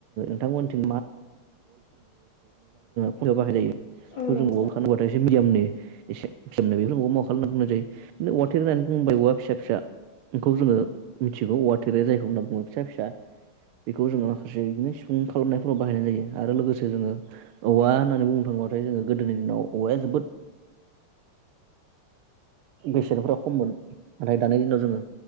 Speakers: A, on the right; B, on the left.
A: होननानै जोङ नोंथांमोन
B: औ नंगौ दा
A: <unintelligible> <unintelligible> खौ जोङो मिथिगौ औवा थेरे जायखौ होनना बुङो फिसा फिसा बेखौ जोङो माखासे बिदिनो सिफुं खालामनायफोराव बाहायनाय जायो आरो लोगोसे जोङो औवा होननानै बुंनो थाङोबाथाय जोङो गोदोनि दिनाव औवाया जोबोद बेसेनफ्रा खममोन नाथाय दानि दिनाव जोङो